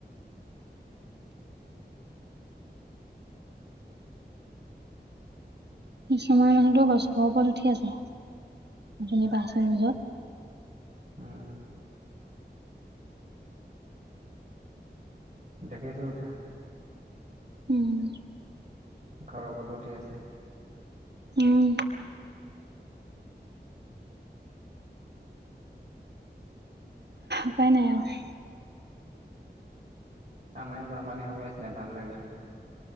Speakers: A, on the right (about 70°); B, on the right (about 40°).
A: কিছুমান মানুহতো গছৰ ওপৰত উঠি আছে যেনিবা আছে নিউজত।
B: উম দেখিছোঁ উঠা।
A: উম।
B: ঘৰৰ উপৰত উঠি আছে।
A: উম। উপাই নাই আৰু।
B: আমাৰ ইয়াত বানপানী হব লাগিছিলে ভাল লাগিলে হয়।